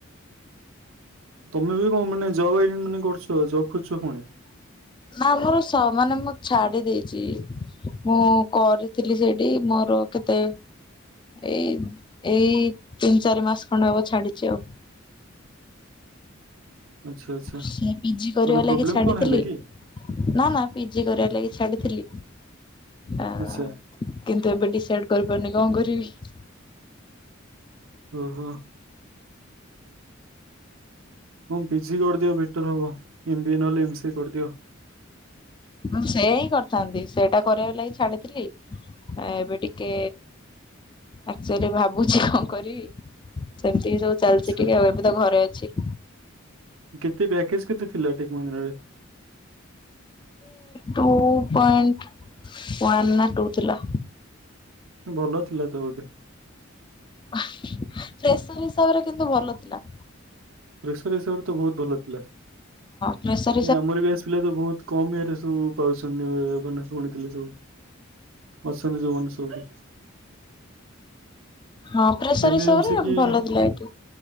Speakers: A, on the right (about 90°); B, on the left (about 25°).
A: ତମେ ବି କଣ ମାନେ ଜବ୍ ଇ ମାନେ କରୁଛ? ଜବ୍ ଖୋଜୁଛ ପୁଣି
B: ନା ମୋର ମାନେ ମୁଁ ଛାଡି ଦେଇଛି। ମୁଁ କରିଥିଲି ସେଇଠି, ମୋର କେତେ ଏଇ ଏଇ ତିନି ଚାରି ମାସ ଖଣ୍ଡେ ହବ ଛାଡିଛି ଆଉ।
A: <inaudible> ଆଚ୍ଛା ଆଚ୍ଛା
B: ସେ ପିଜି କରିବା
A: ମାନେ
B: ଲାଗି
A: ପ୍ରୋବ୍ଲେମ
B: ଛାଡିଥିଲି,
A: କଣ ହେଲା କି
B: ନା, ନା, ପିଜି କରିବା ଲାଗି ଛାଡିଥିଲି। ଆ
A: ଆଚ୍ଛା।
B: କିନ୍ତୁ ଏବେ ଡିସାଇଡ କରିପାରୁନି କଣ କରିବି?
A: ଓ ହୋ। ହଁ ପିଜି କରିଦିଅ ବେଟର ହବ। ଏମ ଵି ଏ ନହଲେ ଏମ ସି ଏ କରିଦିଅ
B: ଆଉ ସେ ହିଁ କରିଥାନ୍ତି। ସେଇଟା କରିବା ଲାଗି ଛାଡିଥିଲି, ଏବେ ଟିକେ ଆଚୁଆଲି ଭାବୁଛି କଣ କରିବି? ସେମିତି ସବୁ ଚାଲିଛି
A: ଆଚ୍ଛା
B: ଟିକେ ଆଉ ଏବେ ତ ଘରେ ଅଛି।
A: କେତେ ପ୍ୟାକେଜ କେତେ ଥିଲା ଟେକ ମଙ୍ଗରାରେ।
B: ଟୁ ପଏଣ୍ଟ ୱାନ ନା ଟୁ ଥିଲା।
A: ଭଲ ଥିଲାତ ଵଦେ।
B: ସେସର ହିସାବରେ କିନ୍ତୁ ଭଲ ଥିଲା।
A: ସେସ ହିସାବ ରେ ତ ବହୁତ ଭଲ ଥିଲା।
B: ପ୍ରେସେ
A: ଆମରି ବ୍ୟାଚ ପିଲା ତ ବହୁତ କମ ଇଏରେ ସବୁ ପାଉଛନ୍ତି ମାନେ ଶୁଣିଥିଲେି ସବୁ। ଅଛନ୍ତି ଯୋଉମାନେ ସବୁ।
B: ହଁ ପ୍ରେସର
A: ଏମ୍ବି
B: ହିସାବରେ
A: ଏମ ସ କି
B: ଭଲ ଥିଲା ଏଇଠି।